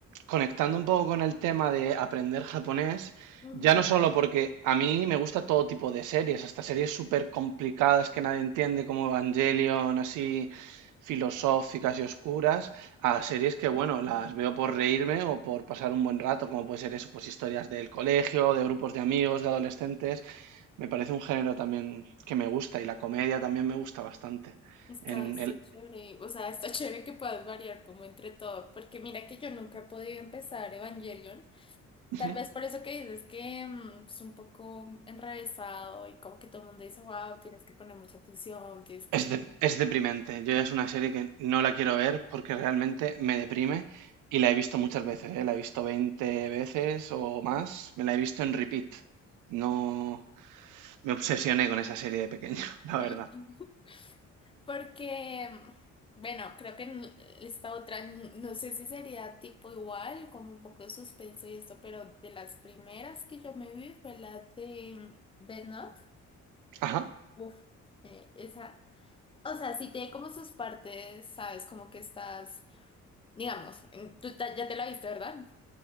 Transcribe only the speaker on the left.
Ujú.
Está,
está
chévere, o sea, está chévere que puedas variar como entre todo, porque mira que yo nunca he podido empezar Evangelion,
tal vez por eso que dices que mm, es un poco enrevesado y como que todo el mundo dice, wow, tienes que poner mucha atención, tienes que...
Guau".
<laughs> Porque, mm, bueno, creo que en esta otra, n- no sé si sería tipo igual, como un poco de suspenso y esto, pero de las primeras que yo me vi fue la de mm, Death Note.
Uf, eh, esa, o sea, sí tiene como sus partes, sabes, como que estás, digamos, en- tú ta- ya te la viste, ¿verdad?